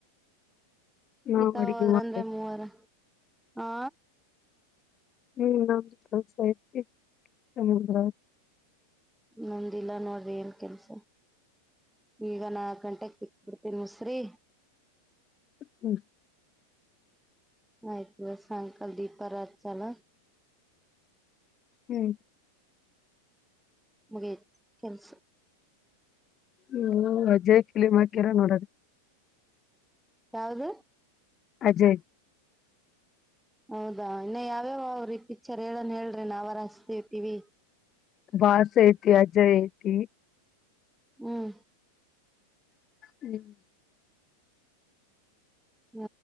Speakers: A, on the left; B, in the centre.
A: ನಾವ್
B: ಈತದ್ರಂದ್ರ
A: ಅಡಿಗೆ
B: ಅದರಂತೆ
A: ಮಾಡ್ಬೇಕು
B: ಮೂವರ ಹಾ
A: ನಿ್ಮನ ಸಾಹಿತ್ಯಕ್ಕೆ ತಗೊಂದ್ರಾ.
B: ನೊಂದಿಲ್ಲ ನಾವೇನ ಕೆಲಸ. ಈಗ ನಾಕು ಗಂಟೆಕ ಬಿಸ್ಕೆಟ್ ತಿನಸ್ರಿ.
A: ಹ್ಮ್
B: ಆಯ್ತು ಬ ಸಾಯಂಕಾಲ ದೀಪಾರ ಹಚ್ಚೋಣ
A: ಹ್ಮ್.
B: ಮುಗಿತ ಕೆಲ್ಸ
A: ಹ್ಮ ಅಜಯ್ ಫಿಲಂ ಹಾಕ್ಯಾರ ನೋಡ.
B: ಯಾವುದು
A: ಅಜಯ್
B: ಹೌದಾ ಇನ್ನು ಯಾವ್ಯಾವ ಅವ್ರ ಪಿಕ್ಚರ್ ಹೇಳರ ಹೇಳ್ರಿ ನಾವರ ಅಸ್ತಿವಿ ಟಿವಿ.
A: ಬಾಸ್ ಐತಿ ಅಜ್ಜಯ್ ಐತಿ.
B: ಹ್ಮ್
A: ಹ್ಮ್
B: ನ